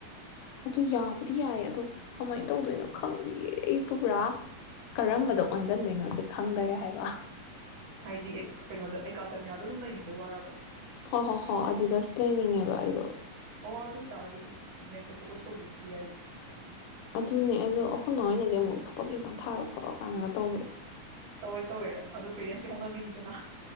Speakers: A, on the left; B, on the right.
A: ꯑꯗꯨ ꯌꯥꯕꯨꯗꯤ ꯌꯥꯏ ꯑꯣ ꯀꯃꯥꯏꯅ ꯇꯧꯗꯣꯏꯅꯣ ꯈꯪꯗꯌꯦ ꯑꯩ ꯄꯨ ꯄꯨꯔꯥ ꯀꯔꯝꯕꯗ ꯑꯣꯟꯁꯤꯟꯗꯣꯏꯅꯣꯁꯦ ꯈꯪꯗꯔꯦ ꯍꯥꯏꯕ
B: ꯍꯥꯏꯗꯤ ꯑꯦ ꯀꯩꯅꯣꯗ ꯑꯦꯀꯥꯗꯃꯤꯌꯥꯗꯣ ꯑꯗꯨꯝ ꯂꯩꯅꯤꯡꯕꯩ ꯋꯥꯔꯕ
A: ꯍꯣ ꯍꯣ ꯍꯣ ꯑꯗꯨꯗ ꯂꯩꯅꯤꯡꯉꯦꯕ ꯑꯩꯗꯣ
B: ꯑꯗꯨ ꯆꯥ ꯑꯗꯨ ꯅꯦꯠ ꯐꯣꯀꯁ ꯇ ꯌꯥ
A: ꯑꯗꯨꯅꯦ ꯑꯗꯣ ꯑꯩꯈꯣꯏ ꯃꯣꯏꯅꯗꯤ ꯑꯃꯨꯛ ꯊꯕꯛ ꯑꯦꯛꯖꯥꯝ ꯊꯥꯔꯣ ꯈꯣꯠꯂꯣ ꯀꯥꯏꯅꯒ ꯇꯧꯕꯗꯣ
B: ꯇꯧꯋꯦ ꯇꯧꯋꯦ ꯑꯗꯨꯣ ꯄꯦꯔꯦꯟꯁꯀꯤ ꯍꯥꯎꯠꯅꯕꯤꯅꯤꯗꯅ